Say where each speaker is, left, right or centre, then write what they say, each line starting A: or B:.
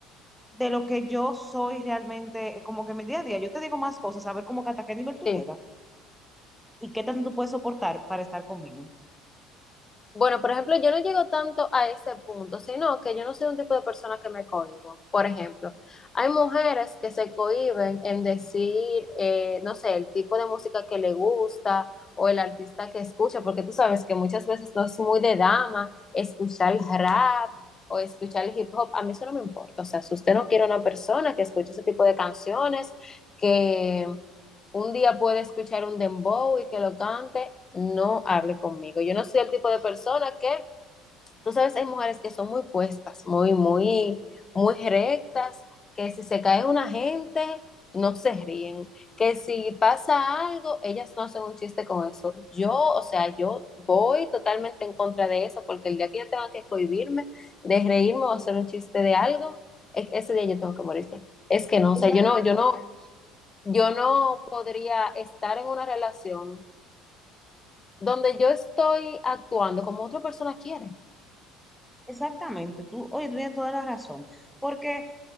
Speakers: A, in the centre; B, on the left.
A: de lo que yo soy realmente, eh, como que en mi día a día, yo te digo más cosas, a ver como que hasta qué nivel tú
B: Sí.
A: llegas y qué tanto tú puedes soportar para estar conmigo.
B: Bueno, por ejemplo, yo no llego tanto a ese punto, sino que yo no soy un tipo de persona que me cohíbo. Por ejemplo, hay mujeres que se cohíben en decir, eh, no sé, el tipo de música que le gusta o el artista que escucha, porque tú sabes que muchas veces no es muy de dama escuchar el rap o escuchar el hip hop. A mí eso no me importa. O sea, si usted no quiere una persona que escuche ese tipo de canciones, que un día puede escuchar un dembow y que lo cante, no hable conmigo. Yo no soy el tipo de persona que, tú sabes, hay mujeres que son muy puestas, muy, muy, muy rectas, que si se cae una gente, no se ríen, que si pasa algo, ellas no hacen un chiste con eso. Yo, o sea, yo voy totalmente en contra de eso, porque el día que yo tenga que cohibirme de reírme o hacer un chiste de algo, e- ese día yo tengo que morir ya. Es que no, o
A: Exacta-
B: sea, yo no, yo no yo no podría estar en una relación donde yo estoy actuando como otra persona quiere.
A: Exactamente, tú, oye, tú tienes toda la razón, porque